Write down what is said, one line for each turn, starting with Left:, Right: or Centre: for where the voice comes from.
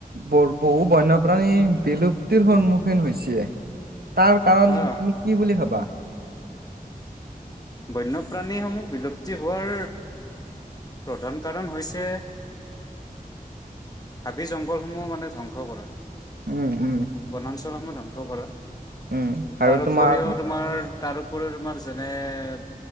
Right: ব বহু বন্যপ্ৰাণী বিলুপ্তিৰ সন্মুখীন হৈছে। তাৰ কাৰণ
Left: অ
Right: তুমি কি বুলি ভাবা?
Left: বন্যপ্ৰাণীসমূহ বিলুপ্তি হোৱাৰ প্ৰধান কাৰণ হৈছে হাবি জং জংঘলসমূহ মানে ধ্বংস কৰা।
Right: উম, উম,
Left: বনাঞ্চ সমূহ ধ্বংস কৰা
Right: উম, আৰু
Left: তাৰ ওপৰিও
Right: তোমাৰ
Left: তোমাৰ তাৰ ওপৰি তোমাৰ যেনেএ